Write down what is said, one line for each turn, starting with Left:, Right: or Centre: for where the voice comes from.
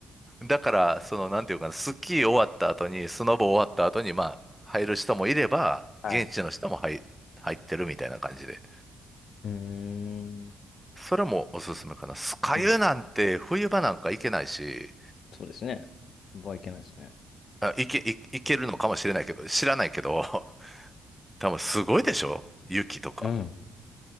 Centre: だから、その、なんていうかな、スキー終わった後に、スノボ終わった後に、まあ、入る人もいれば、
Left: はい。
Centre: 現地の人も入、入ってるみたいな感じで。
Left: うーん。
Centre: それもおすすめかな。酸ヶ湯なんて、
Left: うん。
Centre: 冬場なんか行けないし、
Left: そうですね。場合いけないですね。
Centre: あ、行け、い行けるのかもしれないけど、知らないけど、<laughs> 多分すごいでしょ雪とか。
Left: うん。